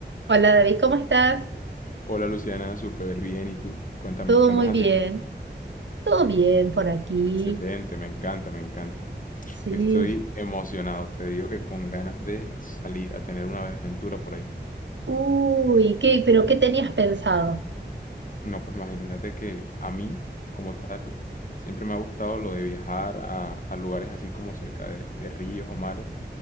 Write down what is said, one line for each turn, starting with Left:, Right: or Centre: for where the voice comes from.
Right: Hola David, ¿cómo estás?
Left: Hola Luciana, súper bien. ¿Y tú? Cuéntame,
Right: ¿Todo
Left: ¿qué andas
Right: muy
Left: haciendo?
Right: bien? ¿Todo bien por aquí?
Left: Excelente, me encanta, me encanta.
Right: Sí.
Left: Yo estoy emocionado, te digo que con ganas de salir a tener una aventura por ahí.
Right: Uy, ¿qué? ¿Pero qué tenías pensado?
Left: No, pues imagínate que a mí, como tal, siempre me ha gustado lo de viajar a, a lugares así como cerca de, de ríos o mares